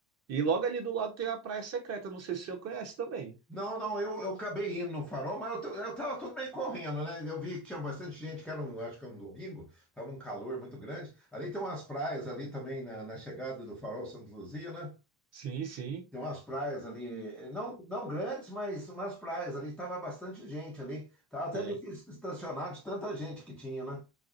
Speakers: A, on the right; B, in the centre.
A: E logo ali do lado tem a Praia Secreta, não sei se você conhece também.
B: Não, não, eu, eu acabei indo no farol, mas eu, t- eu tava tudo meio correndo, né? Eu vi que tinha bastante gente, que era um, acho que era um domingo, tava um calor muito grande. Ali tem umas praias ali também na, na chegada do farol Santa Luzia, né?
A: Sim, sim.
B: Tem umas praias ali, eh, não, não grandes, mas umas praias ali, tava bastante gente ali. Tava até
A: Tem,
B: difícil estacionar de tanta gente que tinha, né?